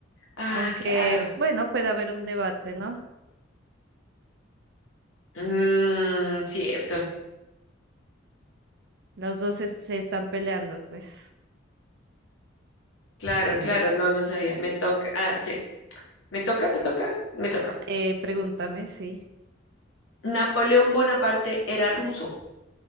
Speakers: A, on the left; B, on the right.
A: Ah,
B: aunque,
A: claro.
B: bueno, puede haber un debate, ¿no?
A: Mm, cierto.
B: Los dos se, se están peleando, pues.
A: Claro,
B: A ver,
A: claro. No, no sabía. Me toca. Ah, te, ¿me toca? ¿Te toca? Me toca.
B: eh, pregúntame, sí.
A: Napoleón Bonaparte era ruso.